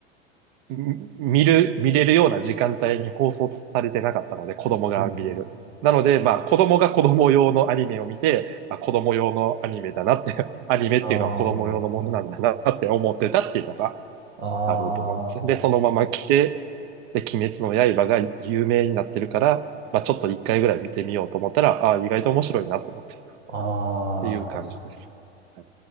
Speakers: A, on the right; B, on the right.
A: ん見る、見れるような時間帯に放送されてなかったので、子供が見れる。
B: うん。
A: なので、まあ、子供が子供用のアニメを見て、あ、子供用のアニメだなって、<laughs> アニメっていうのは子供用のものなんだなって思ってたっていうのが
B: ああ。あ
A: あると思いますね。
B: あ。
A: で、そのまま来て、で、鬼滅の刃が有名になってるから、まあちょっと一回ぐらい見てみようと思ったら、ああ、意外と面白いなと思って、っ
B: ああ。
A: ていう感じです。
B: 確
A: はい。